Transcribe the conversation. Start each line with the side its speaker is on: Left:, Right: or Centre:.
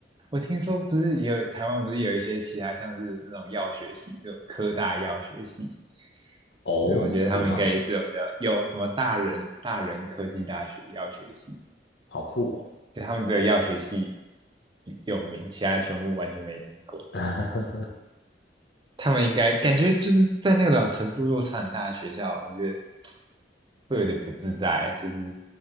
Right: 我听说不是有台湾不是有一些其他像是那种药学系，就科大药学系，
Left: 哦，
Right: 就是我觉得他们应该也是有比较有什么大人大人科技大学药学系，
Left: 有吗？好酷哦。
Right: 就他们只有药学系有名，其他全部完全没听过。
Left: <laughs>
Right: 他们应该感觉就是在那种程度落差很大的学校，我觉得会有点不自在，就是